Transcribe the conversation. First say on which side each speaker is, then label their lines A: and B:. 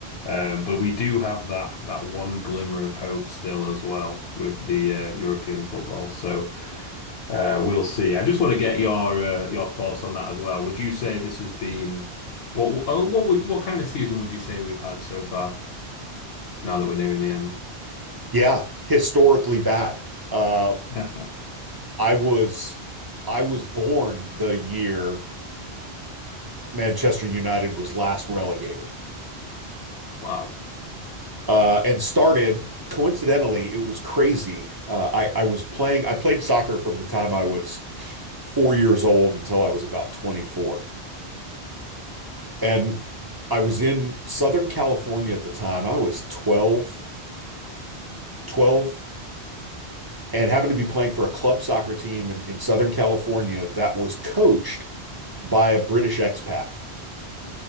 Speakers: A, on the left (about 70°); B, on the right (about 30°).
A: Um, but we do have that that one glimmer of hope still as well with the uh, European football. So. Uh, we'll see. I just want to get your uh, your thoughts on that as well. Would you say this has been what oh, what we what kind of season would you say we've had so far now that we're nearing the end?
B: Yeah, historically bad. Uh,
A: <laughs>
B: I was I was born the year Manchester United was last relegated.
A: Wow.
B: uh, and started. Coincidentally, it was crazy. Uh, I I was playing. I played soccer from the time I was four years old until I was about 24, and I was in Southern California at the time. I was 12, twelve, and happened to be playing for a club soccer team in, in Southern California that was coached by a British expat.